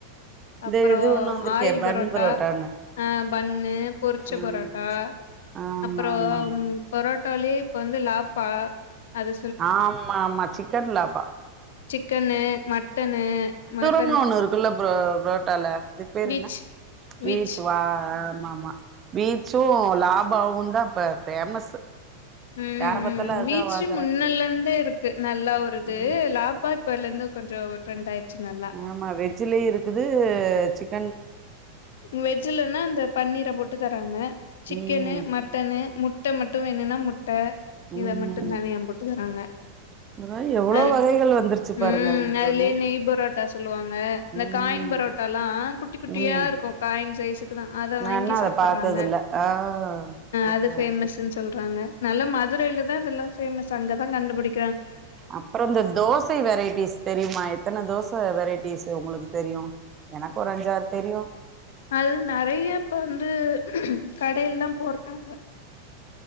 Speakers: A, on the right; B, on the left.
A: இந்த
B: அப்புறோ
A: இது ஒண்ணு வந்திருக்கே
B: ஆயில்
A: பன்
B: பரோட்டா
A: புரோட்டான்னு
B: பண்ணு பொரிச்ச
A: ம்
B: பரோட்டா
A: ஆமா
B: அப்புறோ
A: ஆமா ஆமா
B: பரோட்டாலேயே இப்ப வந்து லாப்பா அது
A: ஆமா ஆமா சிக்கன்லாப்பா
B: சிக்கன்னு மட்டன்னு மட்
A: இன்னொன் ஒண்ணு இருக்குல்ல புரோ புரோட்டால அதுக்கு பேரு
B: விச்
A: என்ன வீச்
B: விச்
A: வா ஆமாமா வீச்சு லாபாவு தான் இப்ப ஃபேமஸ்
B: ம்
A: யார பாத்தாலு
B: ம்
A: அதுதா
B: வீச்சு
A: வாங்குறாங்க
B: முன்னல்ல இருந்தே இருக்கு க்கு நல்லா ஒரு இது
A: ம்
B: லாப்பா இப்பல்ல இருந்து கொஞ்சோ ட்ரெண்ட் ஆயிடுச்சு நல்லா
A: ஆமா வெஜ்லயு இருக்குது சிக்
B: வெஜ்ஜுலன்னா இந்த பன்னீர போட்டு தராங்க சிக்கனு
A: ம்
B: மட் ட்டனு முட்ட மட்டு வேணுன்னா முட்ட
A: ம்
B: இத மட்டுந்தனியா போட்டு தராங்க
A: இந்த மாரி எவ்ளோ
B: அது
A: வகைகள் வந்துருச்சு பாருங்க
B: ம்
A: தோழி
B: அதுலயே நெய் பரோட்டா சொல்லுவாங்க இந்த
A: ம்
B: காயின் பரோட்டால்லா குட்டி குட்டியா
A: ம்
B: இருக்கு காயின் சைஸ்ஸு க்குதா அத
A: நா
B: வாங்கி
A: இன்னு அத
B: சாப்புறாங்க
A: பாத்ததில்ல ஆ ஓகே
B: அது ஃபேமஸ்ஸு
A: ஓகே
B: சொல்றாங்க நல்ல மதுரையில தா இதெல்லா ஃபேமஸ் அங்க தான் கண்டுபிடிக்
A: அப்புற இந்த தோசை வெரைட்டிஸ் தெரியுமா எத்தன தோசை வெரைட்டிஸ்ஸு உங்களுக்கு தெரியு எனக்கொரு அஞ்சாறு தெரியு
B: அல் நெறைய இப்ப வந்து கடயெல்லா போட்றாங்க